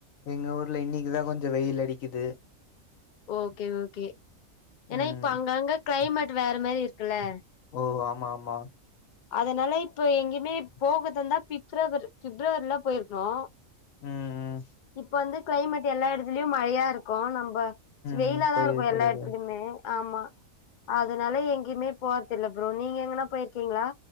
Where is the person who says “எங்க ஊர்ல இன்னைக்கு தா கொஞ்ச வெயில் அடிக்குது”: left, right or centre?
Left